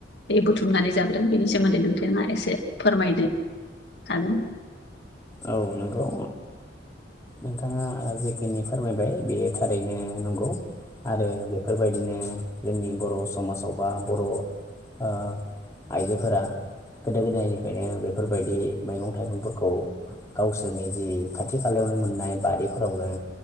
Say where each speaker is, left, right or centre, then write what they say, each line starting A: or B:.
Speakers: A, on the left; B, on the left.
A: बे बुथुमनानै जाबोदों बेनि सोमोन्दै नोंथाङा एसे फोरमायदो थागोन
B: औ नंगौ नोंथाङा जेखिनि फोरमायबाय बेयो थारैनो नंगौ आरो बेफोरबायदिनो जोंनि बर' समाजाव बा बर' ओ आइजोफोरा गोदो गोदायनिफ्रायनो बेफोरबायदि मैगं थाइगंफोरखौ गावसोरनि जि खाथि खालायावनो मोननाय बारिफोरावनो